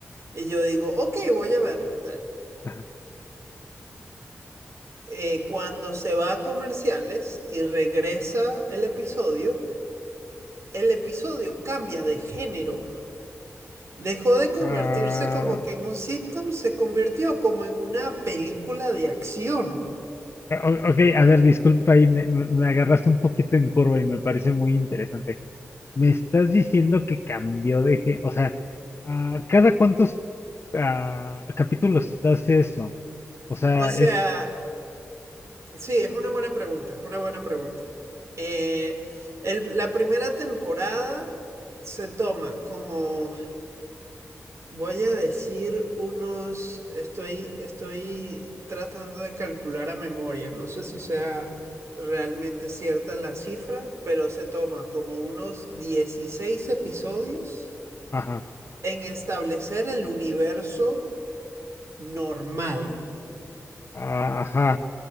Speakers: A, on the right; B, on the left.
A: Y yo digo, ok, voy a verlo y tal
B: ajá.
A: eh, cuando se va a comerciales y regresa el episodio, el episodio cambia de género. Dejó de convertirse
B: Ah,
A: como que en un sitcom, se convirtió como en una película de acción.
B: o- ok, a ver, disculpa, ahí me, me- me agarraste un poquito en curva y me parece muy interesante. Me estás diciendo que cambió de... gé- O sea, ah, ¿cada cuántos ah, capítulos hace eso? O sea,
A: O sea,
B: es...
A: sí, es una buena pregunta, es una buena pregunta. Eh, el- la primera temporada se toma como Voy a decir unos, estoy, estoy tratando de calcular a memoria, no sé si sea realmente cierta la cifra, pero se toma como unos 16 episodios
B: Ajá,
A: en establecer el universo normal,
B: ajá.